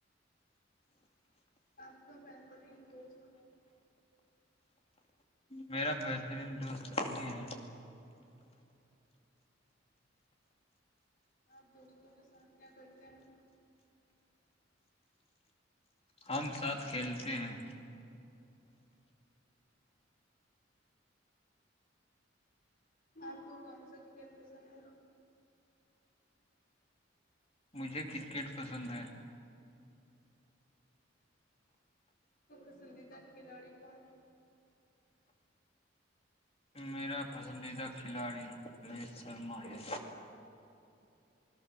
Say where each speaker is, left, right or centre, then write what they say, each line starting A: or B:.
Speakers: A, on the left; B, on the left.
A: آپ کا بہترین دوست کون ہے
B: میرا بہترین دوست شی ہے
A: آپ دوستوں کے ساتھ کیا کرتے ہیں
B: ہم ساتھ کھیلتے ہیں
A: آپ کو کون سا کھیل پسند ہے
B: مجھے کرکٹ پسند ہے
A: پسندیدہ کھلاڑی کون ہے
B: ہے میرا پسندیدہ کھلاڑی روہت شرما ہے